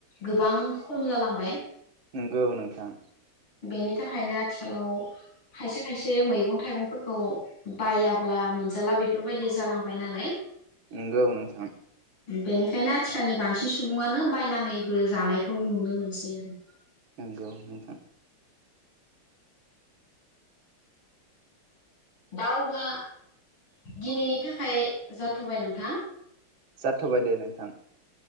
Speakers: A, on the left (about 85°); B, on the right (about 70°).
A: गोबां खम जालांबाय।
B: नोंगौ नोंथां।
A: बेनि थाखायनो आथिखालाव खायसे खायसे मैगं-थाइगंफोरखौ बायाब्ला मोनजाला बेफोरबायदि जालांबाय नालाय
B: नंगौ नोंथां
A: बिनिखायनो थिखालनि बांसिन सुबुङानो बायनानैबो जानायखौ नुनो मोनसै आरो।
B: नोंगौ नोंथां
A: दा अब्ला दिनैनि थाखाय जाथ'बाय नोंथां
B: जाथ'बाय दे नोंथां